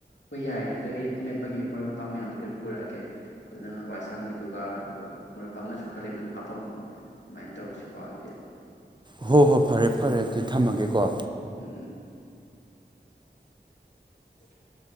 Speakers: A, on the left; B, on the right.
A: ꯍꯣꯏ ꯌꯥꯔꯅꯦ ꯑꯗꯨ ꯑꯩ ꯑꯃꯦꯠꯄꯒꯤ ꯃꯔꯣꯏ ꯃꯄꯥꯡ ꯃꯌꯥꯝꯗꯣ ꯂꯣꯏ ꯄꯨꯔꯛꯑꯒꯦ ꯑꯗꯨ ꯅꯪ ꯍꯋꯥꯏ ꯑꯁꯥꯡꯕꯤꯗꯨꯒ ꯑꯗꯨꯒ ꯃꯔꯣꯏ ꯄꯥꯅꯁꯨ ꯈꯔ ꯂꯩꯕꯗꯣ ꯑꯗꯨꯝ ꯍꯥꯄꯝꯃꯣ ꯑꯗꯨꯨꯃꯥꯏꯅ ꯇꯧꯔꯁꯤꯀꯣ ꯑꯗꯨꯗꯤ
B: ꯍꯣ ꯍꯣꯏ ꯐꯔꯦ ꯐꯔꯦ
A: ꯎꯝ
B: ꯑꯗꯨꯗꯤ ꯊꯝꯃꯒꯦꯀꯣ
A: ꯎꯝ ꯎꯝ ꯎꯝ <inaudible>